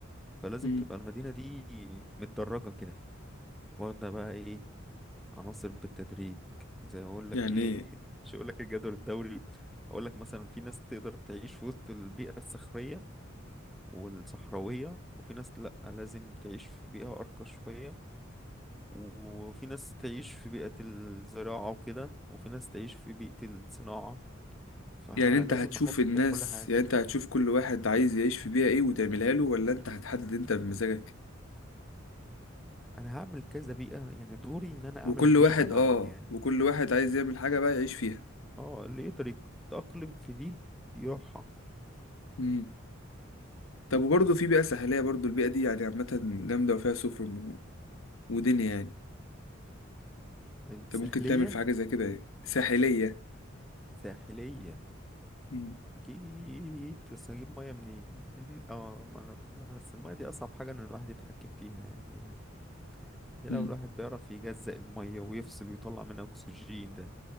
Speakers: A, in the centre; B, on the left (about 85°).
A: فلازم
B: مم.
A: تبقى المدينة دي متدرجة كده واخدة بقى ايه عناصر بالتدريج زي ما اقول
B: يعني
A: لك ايه
B: ايه
A: <laughs> مش هقول لك الجدول الدوري هقول لك مثلا في ناس تقدر تعيش في وسط البيئة الصخرية والصحراوية وفي ناس لأ لازم تعيش في بيئة أرقى شوية وفي ناس تعيش في بيئة الزراعة وكده وفي ناس تعيش في بيئة الصناعة فلازم
B: يعني انت هتشوف
A: احط
B: الناس
A: في كل حاجة
B: يعني انت هتشوف كل واحد عايز يعيش في بيئة ايه وتعملها له ولا انت هتحدد انت بمزاجك
A: انا هعمل كذا بيئة يعني دوري ان انا
B: وكل
A: اعمل بيئة
B: واحد
A: بقى
B: اه
A: يعني
B: وكل واحد عايز يعمل حاجة بقى يعيش فيها
A: اه اللي يقدر يتأقلم في دي يروحها
B: مم. طب وبرضه في بيئة ساحلية برضه البيئة دي يعني عامة جامدة وفيها سفن و- ودنيا يعني
A: السهلية
B: انت ممكن تعمل في حاجة زي كده ايه ساحلية
A: الساحلية
B: مم.
A: اكيد بس هجيب مية منين <laughs> اه ما انا ما- بس المية دي اصعب حاجة ان الواحد يتحكم فيها يعني يا
B: مم.
A: لو الواحد بيعرف يجزأ المية ويفصل ويطلع منها اكسجين ده